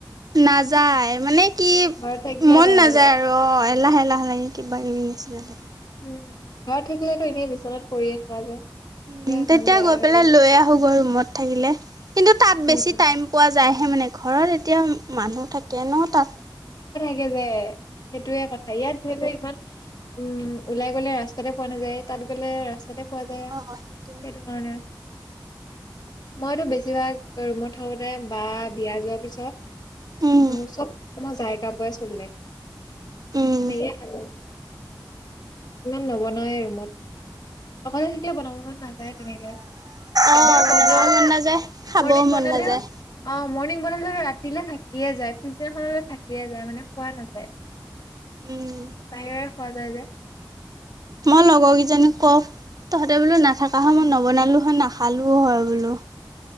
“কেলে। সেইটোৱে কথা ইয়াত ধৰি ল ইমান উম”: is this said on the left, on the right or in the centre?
Left